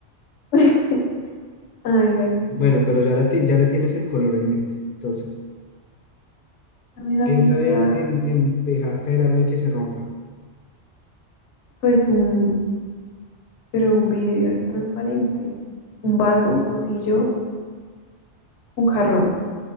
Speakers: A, on the left; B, on the left.
A: <laughs> A ver,
B: Bueno, pero ya le, ti- ya le tienes el color en mente. Entonces.
A: dame una
B: Piensa
A: pista.
B: en, en, en dejar caer algo y que se rompa.
A: Pues un, pero un vidrio es transparente. Un vaso, un pocillo, un jarrón.